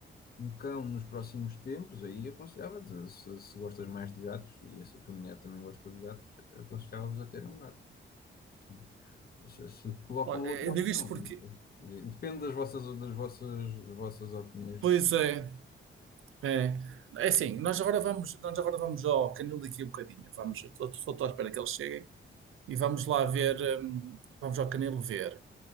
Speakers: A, on the left; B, on the right.
A: um cão nos próximos tempos, aí aconselhava-te, se, se gostas mais de gatos, e se a tua mulher também gosta de gatos, aconselhava-vos a ter um gato. sim. Mas se, se colocam
B: Olha,
A: outra
B: Eu
A: opção,
B: digo isto
A: não
B: porque,
A: sei. Quer dizer, Depende das vossas, das vossas, das vossas opiniões,
B: pois é, é, é assim, nós agora vamos, nós agora vamos ao Canil daqui a um bocadinho, vamos, eu estou estou à espera que eles cheguem e vamos lá ver, hum, vamos ao Canil ver.